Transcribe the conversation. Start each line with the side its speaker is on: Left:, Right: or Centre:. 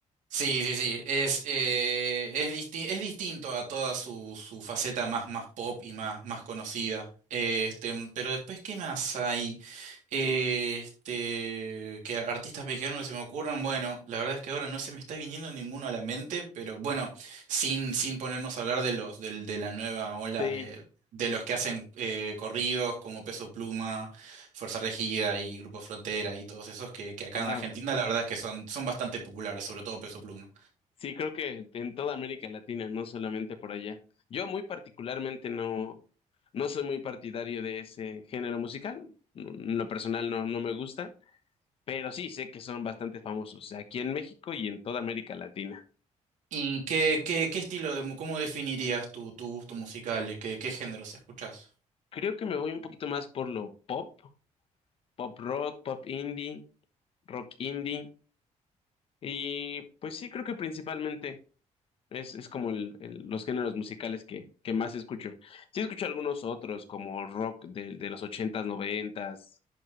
Right: sí, sí, sí. Es, eh, es, disti- es distinto a toda su, su faceta más, más pop y más, más conocida. Eh, Este, pero después, ¿qué más hay? Eh, Este, que artistas mexicanos que se me ocurran. Bueno, la verdad es que ahora no se me está viniendo ninguno a la mente, pero bueno, sin, sin ponernos a hablar de los, del de la nueva ola
Left: Sí,
Right: de, de los que hacen eh, corridos como Peso Pluma. Fuerza Regida y Grupo Frontera y todos esos que, que acá
Left: ah,
Right: en Argentina la verdad es que son, son bastante populares, sobre todo Peso Pluma.
Left: sí, creo que en toda América Latina, no solamente por allá. Yo muy particularmente no, no soy muy partidario de ese género musical. No- En lo personal no, no me gusta, pero sí sé que son bastante famosos aquí en México y en toda América Latina.
Right: ¿Y qué, qué, qué estilo de, mu- cómo definirías tu, tu gusto musical? ¿Qué, qué géneros escuchas?
Left: Creo que me voy un poquito más por lo pop, pop rock, pop indie, rock indie. Y pues sí, creo que principalmente. Es, es como el- el- los géneros musicales que, que más escucho. Sí escucho algunos otros, como rock de, de los ochentas, noventas,